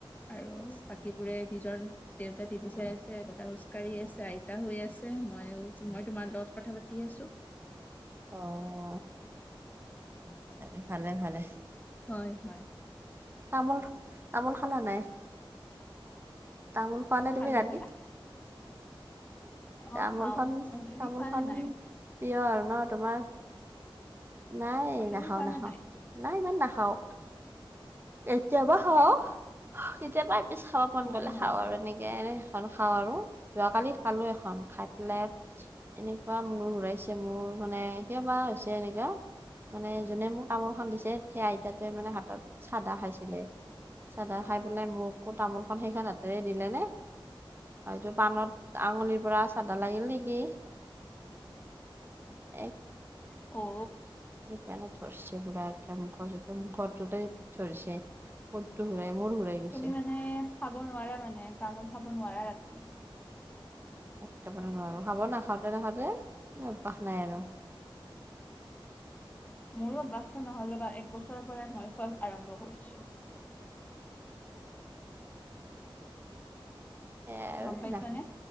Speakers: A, on the left; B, on the right.
A: আৰু বাকীবোৰে নিজৰ! দেউতা টিভি চাই আছে, দেউতা খোচকাঢ়ি আছে, আইতা শুই আছে, মইও মই তোমাৰ লগত কথা পাতি আছো।
B: <inaudible>
A: <inaudible>
B: ভাল ভালে ভালে।
A: হয় হয়।
B: তামোল তামোল খালা নাই? তামোল? হোৱা নাই
A: খালো
B: তুমি ৰাতি?
A: দিয়া
B: তামোল
A: অ খাও
B: খন
A: অ তুমি
B: তামোল
A: খোৱা
B: খন
A: নে নাই
B: প্ৰিয় আৰু ন তোমাৰ? নাই
A: অ তুমি
B: নাখাও
A: খোৱা
B: নাখাও
A: নে নাই
B: নাই ইমান নাখাও। কেতিয়াবা খাও কেতিয়াবা এপিছ খাব মন
A: হয়
B: গলে
A: হয়
B: খাও আৰু এনেই। সেয়াই এখন খাওঁ আৰু যোৱাকালি খালো এখন খাই পেলাই। এনেকুৱা মোৰ ঘূৰাইছে মোৰ মানে কিয়বা হৈছে এনেকা? মানে যোনে মোক তামোল খন দিছে সেই আইতাতোৱে মানে হাতত! ছিলে। চাহ তা খাই পেলাই মোকো তামোল খন সেইখনত! তেৰে দিলে নে? এইটো পাণত আঙুলিৰ ব্ৰাছ। চাদা লাগিল নেকি? এ
A: অ
B: সেইকাৰণে ধৰিছে পুৰা একখৰ মুখটোতে ধৰিছে। মোৰটো ঘূৰাই মোৰ ঘূৰাই। গৈছে
A: তুমি মানে খাব নোৱাৰা মানে তামোল খাব নোৱাৰা ৰাতি।
B: একেবাৰে নোৱাৰো খাব নাখাওঁতে নাখাওঁতে অভ্যাস নাই আৰু!
A: মোৰো অভ্যাসটো নহলে 'বা এক বছৰৰ পৰাই মই খোৱা আৰম্ভ কৰিছো।
B: সেয়াই আৰু
A: গম পাইছা
B: না
A: নে?